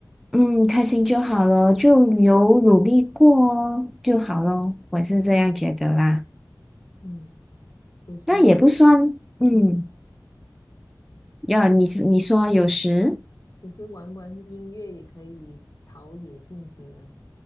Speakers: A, in the centre; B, on the left.
A: 嗯开心就好咯，就有努力过哦就好咯，我是这样觉得啦，
B: 嗯，有时，
A: 那也不算，嗯，
B: 嗯，
A: 要你你说有时，
B: 有时，嗯，有时玩玩音乐也可以陶冶性情啊，